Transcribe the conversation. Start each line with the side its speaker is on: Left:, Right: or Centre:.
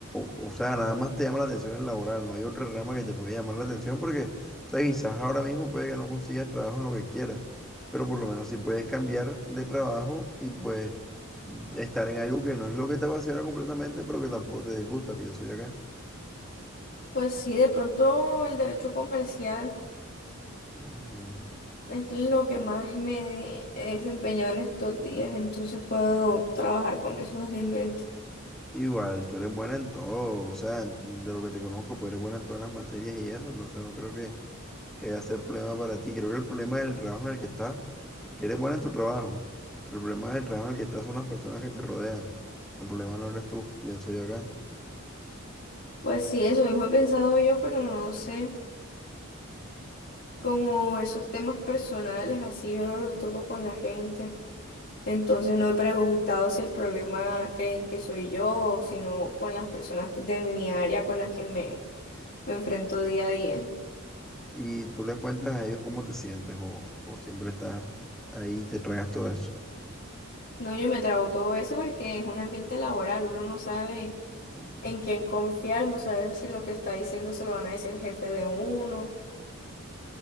Centre: o sea, nada más te llama la atención el laboral, no hay otra rama que te pueda llamar la atención porque, o sea, quizás ahora mismo puede que no consigas trabajo en lo que quieras, pero por lo menos si puedes cambiar de trabajo y pues estar en algo que no es lo que te apasiona completamente, pero que tampoco te disgusta, pienso yo acá.
Left: Pues sí, de pronto el derecho comercial.
Centre: Ujú.
Left: Es lo que más me he desempeñado en estos días, entonces puedo trabajar con eso fácilmente.
Centre: Igual, tú eres buena en todo, o sea, en- de lo que te conozco, pues eres buena en todas las materias y eso, entonces no creo que que va a ser problema para ti. Creo que el problema del trabajo en el que estás, porque eres buena en tu trabajo, pero el problema del trabajo en el que estás son las personas que te rodean. El problema no eres tú, pienso yo acá.
Left: Pues sí, eso mismo he pensado yo, pero no sé, como esos temas personales, así yo no los toco con la gente. Entonces no he preguntado si el problema creen que soy yo, sino con las personas de mi área con las que me, me enfrento día a día.
Centre: Y tú les cuentas a ellos cómo te sientes o, o siempre estás ahí y te traes todo eso.
Left: No, yo me trago todo eso porque es un ambiente laboral, uno no sabe.
Centre: Mm.
Left: en quién confiar, no saber si lo que está diciendo se lo van a decir el jefe de uno.